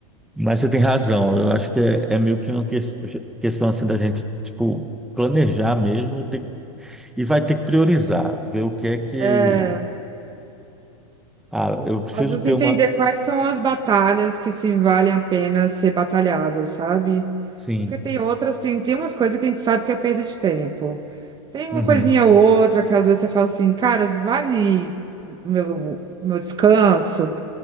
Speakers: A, in the centre; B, on the right (about 25°).
A: Mas você tem razão, eu acho que é, é meio que uma que- questão assim da gente, tipo, planejar mesmo e, ter- e vai ter que priorizar, ver o que é que.
B: É,
A: Ah, eu preciso
B: Às vezes
A: ter
B: entender
A: uma.
B: quais são as batalhas que se valem a pena ser batalhadas, sabe?
A: Sim.
B: Porque tem outras, tem, tem umas coisas que a gente sabe que é perda de tempo. Tem
A: Uhum.
B: uma coisinha ou outra que às vezes você fala assim, cara, vale o meu, o meu descanso,